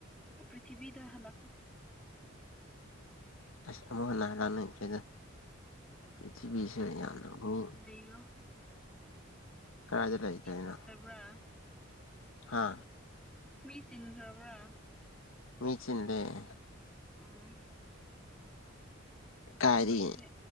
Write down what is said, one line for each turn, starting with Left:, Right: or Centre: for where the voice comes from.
Centre: ꯄ꯭ꯔꯤꯊꯤꯕꯤꯗ ꯍꯜꯂꯛꯣ
Left: ꯑꯁ ꯑꯃꯨꯛ ꯍꯟꯅꯔꯥꯟ ꯅ ꯏꯆꯦꯗ ꯄ꯭ꯔꯤꯊꯤꯕꯤꯁꯦ ꯌꯥꯝ ꯂꯧ ꯃꯤ
Centre: ꯔꯣ
Left: ꯀꯗꯥꯏꯗ ꯂꯩꯗꯣꯏꯅꯣ
Centre: ꯃꯤ ꯁꯤꯠꯂꯕ꯭ꯔꯥ
Left: ꯍꯥ
Centre: ꯃꯤ ꯆꯟꯈ꯭ꯔꯕ꯭ꯔꯥ
Left: ꯃꯤꯆꯗꯦ
Centre: ꯎꯝ
Left: ꯀꯔꯤ
Centre: ꯑꯗꯨ ꯑꯣꯏꯔꯗꯤ